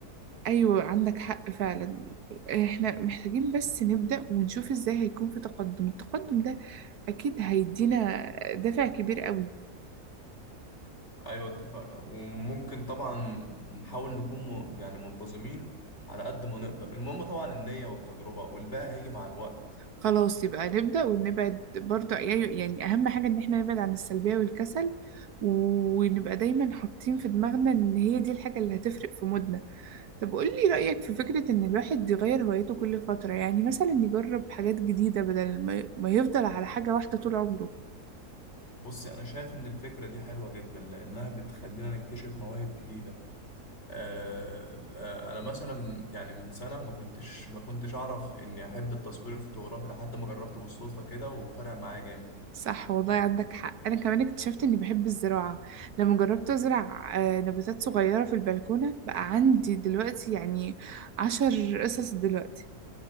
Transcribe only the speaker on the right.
أيوة عندك حق فعلا احنا محتاجين بس نبدأ ونشوف ازاي هيكون في تقدم التقدم ده أكيد هيدينا دافع كبير قوي
خلاص يبقى نبدأ ونبعد برضه يعني يعني أهم حاجة إن احنا نبعد عن السلبية والكسل ونبقى دايما حاطين في دماغنا إن هي دي الحاجة اللي هتفرق في مودنا طب قولي رأيك في فكرة إن الواحد يغير هوايته كل فترة يعني مثلا يجرب حاجات جديدة بدل ما ي- ما يفضل على حاجة واحدة طول عمره
صح والله عندك حق أنا كمان اكتشفت إني بحب الزراعة لما جربت أزرع آه، نباتات صغيرة في البلكونة بقى عندي دلوقتي يعني عشر قصص دلوقتي